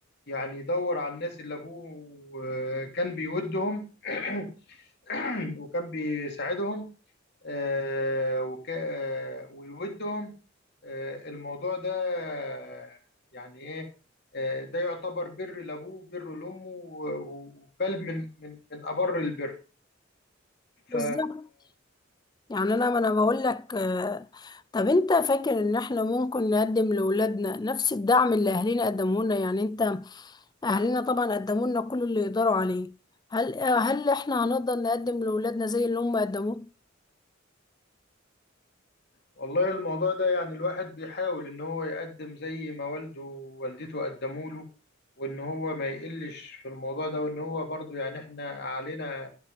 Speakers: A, on the left (about 55°); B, on the left (about 20°).
A: يعني يدور على الناس اللي أبوه آه، كان بيودهم <clears throat> وكان بيساعدهم آه، وك... آه، ويودهم آه، الموضوع ده آه، يعني ايه آه، ده يعتبر بر لابوه بر لامه و- و- وبل من من من ابر البر ف
B: بالظبط يعني انا ما انا بقول لك آه، طب انت فاكر ان احنا ممكن نقدم لاولادنا نفس الدعم اللي اهالينا قدموه لنا يعني انت اهالينا طبعا قدموا لنا كل اللي يقدروا عليه هل آه، هل احنا هنقدر نقدم لاولادنا زي اللي هم قدموه
A: والله الموضوع ده يعني الواحد بيحاول ان هو يقدم زي ما والده ووالدته قدموا له وان هو ما يقلش في الموضوع ده وان هو برضو يعني احنا علينا